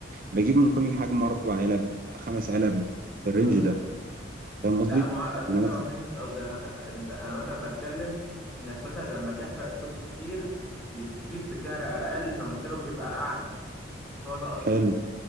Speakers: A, on the right; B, in the centre.
A: بجيب من كل حجم اربع علب خمس علب في
B: مم.
A: الرينج ده فاهم قصدي
B: لا ما هو- اصل
A: ومثلا-
B: انت ما فهمتش قصدي انا ف... انت انا مثلا بتكلم انك مثلا لما تحرق ستوك كتير بتجيب بسعر اقل فمكسبك بيبقى اعلى هو ده قصدي
A: حلو